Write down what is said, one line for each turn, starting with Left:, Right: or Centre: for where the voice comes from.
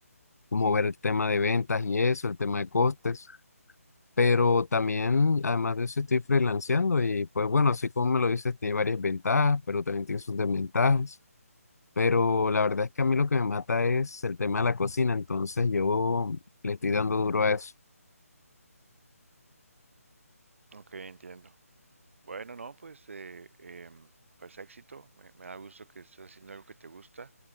Left: cómo ver el tema de ventas y eso, el tema de costes, pero también, además de eso, estoy freelanceando y pues bueno, así como me lo dices, tiene varias ventajas, pero también tiene sus desventajas, pero la verdad es que a mí lo que me mata es el tema de la cocina, entonces yo le estoy dando duro a eso.
Right: Ok, entiendo. Bueno, no, pues, eh, em, pues éxito. Me, me da gusto que estés haciendo algo que te gusta.